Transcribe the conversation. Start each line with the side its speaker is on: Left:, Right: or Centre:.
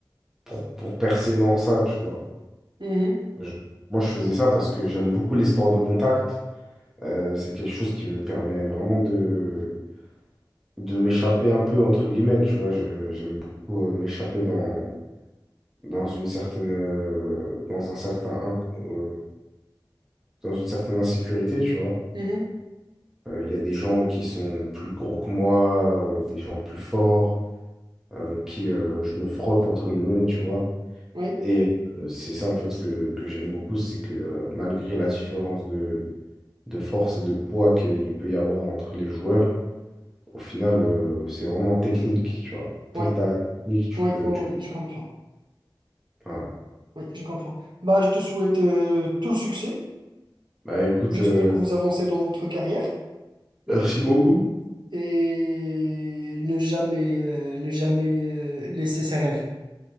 Centre: pour, pour percer dans ça, tu vois.
Right: Mhm,
Centre: Je- moi, je faisais ça parce que j'aime beaucoup les sports de contact. Euh, c'est quelque chose qui me permet vraiment de, de m'échapper un peu, entre guillemets, tu vois. Je- j'aime beaucoup euh, m'échapper dans, dans une certaine, euh, dans un certain, inc- euh, dans une certaine insécurité, tu vois.
Right: mhm,
Centre: Euh, Il y a des gens qui sont plus gros que moi, euh, des gens plus forts, euh, avec qui euh, je me frotte, entre guillemets, tu vois.
Right: oui,
Centre: Et euh, c'est ça, en fait, que, que j'aime beaucoup, c'est que euh, malgré la différence de, de force et de poids qu'il peut y avoir entre les joueurs, au final, euh, c'est vraiment technique, tu vois. Tant
Right: oui,
Centre: que tu as la technique, tu
Right: oui,
Centre: peux...
Right: oh
Centre: tu-
Right: oui, je comprends.
Centre: Voilà.
Right: Oui, je comprends. Bah, je te souhaite euh, tout le succès.
Centre: Bah écoute,
Right: J'espère
Centre: euh,
Right: que vous avancez dans votre carrière
Centre: Merci beaucoup.
Right: et ne jamais, euh, ne jamais euh, laisser ses rêves.